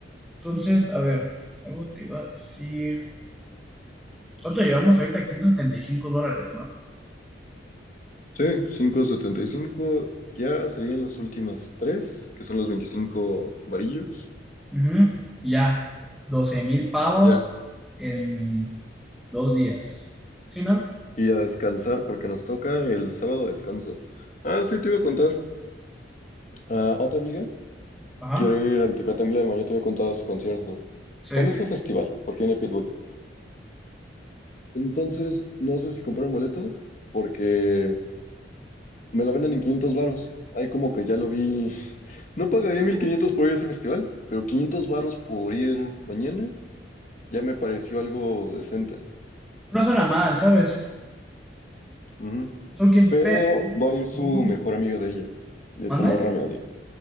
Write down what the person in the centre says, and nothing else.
Entonces, a ver, algo te iba a decir. ¿Cuánto llevamos ahorita? quinientos setenta y cinco dólares, ¿no?
Ujú. Y Ya, doce mil pavos
en dos días. ¿Sí, no?
Ajá,
sí.
No suena mal, ¿sabes?
Son 500
pesos.
¿no?
¿Mande?